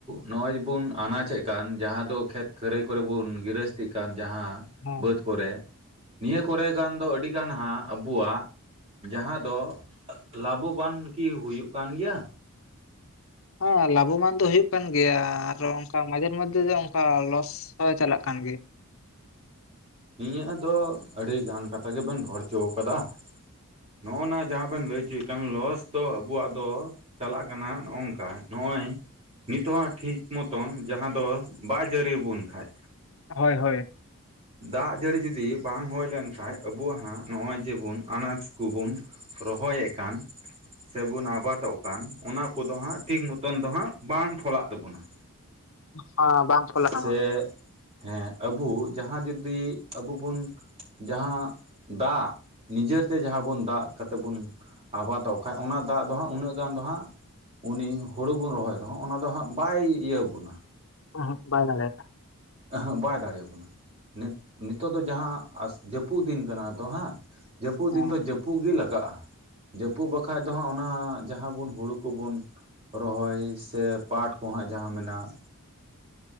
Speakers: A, on the right; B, on the left.
A: ᱱᱚᱜ-ᱚᱭ ᱡᱮᱵᱚᱱ ᱟᱱᱟᱡ ᱮᱫ ᱠᱟᱱ ᱡᱟᱦᱟᱸ ᱫᱚ ᱠᱷᱮᱛ ᱠᱷᱟᱹᱨᱟᱹᱭ ᱠᱚᱨᱮ ᱵᱚᱱ ᱜᱨᱟᱹᱥ ᱞᱟᱹᱠᱛᱤᱜ ᱠᱟᱱ ᱡᱟᱦᱟᱸ
B: ᱦᱮᱸ
A: ᱵᱟᱹᱫᱽ ᱠᱚᱨᱮ ᱱᱤᱭᱟᱹ ᱠᱚᱨᱮ ᱜᱟᱱ ᱫᱚ ᱟᱹᱰᱤ ᱜᱟᱱ ᱦᱟᱸᱜ ᱟᱵᱚᱣᱟᱜ ᱡᱟᱦᱟᱸ ᱫᱚ ᱞᱟᱵᱷᱚ-ᱵᱟᱱ ᱠᱤ ᱦᱩᱭᱩᱜ ᱠᱟᱱ ᱜᱮᱭᱟ?
B: ᱦᱮᱸ ᱞᱟᱵᱷᱚ ᱢᱟᱱ ᱫᱚ ᱦᱩᱭᱩᱜ ᱠᱟᱱ ᱜᱮᱭᱟ ᱟᱨᱚ ᱚᱱᱠᱟ ᱢᱟᱡᱷᱮᱨ ᱢᱚᱫᱽᱫᱷᱮ ᱫᱚ ᱚᱱᱠᱟ ᱞᱚᱥ ᱦᱚᱸ ᱪᱟᱞᱟᱜ ᱠᱟᱱ ᱜᱮ ᱾
A: ᱦᱮᱸ ᱱᱤᱭᱟᱹ ᱫᱚ ᱟᱹᱰᱤ ᱜᱟᱱ ᱠᱟᱛᱷᱟ ᱜᱮᱵᱮᱱ ᱨᱚᱲ ᱦᱚᱪᱚ ᱠᱟᱫᱟ ᱾ ᱱᱚᱜ-ᱚ ᱱᱟ ᱡᱟᱦᱟᱸ ᱵᱮᱱ ᱞᱟᱹᱭ ᱚᱪᱚᱭᱮᱫ ᱠᱷᱟᱱ ᱞᱚᱥ ᱫᱚ ᱟᱵᱚᱣᱟᱜ ᱫᱚ ᱪᱟᱞᱟᱜ ᱠᱟᱱᱟ ᱱᱚᱜ-ᱚᱝᱠᱟ ᱱᱚᱜ-ᱚᱭ ᱱᱤᱛᱚᱜ ᱦᱟᱸᱜ ᱴᱷᱤᱠ ᱢᱚᱛᱚᱱ ᱡᱟᱦᱟᱸ ᱫᱚ ᱵᱟᱭ ᱡᱟᱹᱨᱤ ᱵᱚᱱ ᱠᱷᱟᱡ
B: ᱦᱳᱭ ᱦᱳᱭ ᱾
A: ᱫᱟᱜ ᱡᱟᱹᱲᱤ ᱡᱩᱫᱤ ᱵᱟᱝ ᱦᱩᱭ ᱞᱮᱱᱠᱷᱟᱡ ᱟᱵᱚᱣᱟᱜ ᱦᱟᱸᱜ ᱱᱚᱜ-ᱚᱭ ᱡᱮᱵᱚᱱ ᱟᱱᱟᱡ ᱠᱚᱵᱚᱱ ᱨᱚᱦᱚᱭ ᱮᱫ ᱠᱟᱱ ᱥᱮᱵᱚᱱ ᱟᱵᱟᱫᱚᱜ ᱠᱟᱱ ᱚᱱᱟ ᱠᱚᱫᱚ ᱦᱟᱸᱜ ᱴᱷᱤᱠ ᱢᱚᱛᱚᱱ ᱫᱚ ᱦᱟᱸᱜ ᱵᱟᱝ ᱯᱷᱚᱞᱟᱜ ᱛᱟᱵᱚᱱᱟ,
B: ᱦᱚᱸ ᱵᱟᱝ ᱯᱷᱞᱟᱜ
A: ᱥᱮ ᱦᱮᱸ ᱟᱵᱩ ᱡᱟᱦᱟᱸ ᱡᱚᱫᱤ ᱟᱵᱩ ᱵᱚᱱ ᱡᱟᱦᱟᱸ ᱫᱟᱜ ᱱᱤᱡᱮᱨ ᱛᱮ ᱡᱟᱦᱟᱸ ᱵᱚᱱ ᱫᱟᱜ ᱠᱟᱛᱮᱫ ᱵᱚᱱ ᱟᱵᱟᱫᱚᱜ ᱠᱷᱟᱱ ᱚᱱᱟ ᱫᱟᱜ ᱫᱚ ᱦᱟᱸᱜ ᱩᱱᱟᱹᱜ ᱜᱟᱱ ᱫᱚ ᱦᱟᱸᱜ ᱩᱱᱤ ᱦᱩᱲᱩ ᱵᱚᱱ ᱨᱚᱦᱚᱭ ᱨᱮᱦᱚᱸ ᱚᱱᱟ ᱫᱚ ᱦᱟᱸᱜ ᱵᱟᱭ ᱤᱭᱟᱹᱵᱚᱱᱟ
B: <inaudible> ᱵᱟᱭ ᱫᱟᱲᱮᱭᱟ-ᱟ
A: ᱦᱟᱸᱜ ᱵᱟᱭ ᱫᱟᱲᱮᱭᱟ ᱵᱚᱱᱟ ᱱᱤᱛᱚᱜ ᱫᱚ ᱡᱟᱦᱟᱸ ᱡᱟᱹᱯᱩᱫ ᱫᱤᱱ ᱠᱟᱱᱟ ᱛᱚ ᱦᱟᱸᱜ ᱡᱟᱹᱯᱩᱫ
B: ᱦᱮᱸ
A: ᱫᱤᱱ ᱫᱚ ᱡᱟᱹᱯᱩᱫ ᱜᱮ ᱞᱟᱜᱟᱜ-ᱟ, ᱡᱟᱹᱯᱩᱫ ᱵᱟᱠᱷᱟᱡ ᱫᱚ ᱦᱟᱸᱜ ᱚᱱᱟ ᱡᱟᱦᱟᱸ ᱵᱚᱱ ᱦᱩᱲᱩ ᱠᱚᱵᱚᱱ ᱨᱚᱦᱚᱭ ᱥᱮ ᱯᱟᱴ ᱠᱚ ᱦᱟᱸᱜ ᱡᱟᱦᱟᱸ ᱢᱮᱱᱟᱜ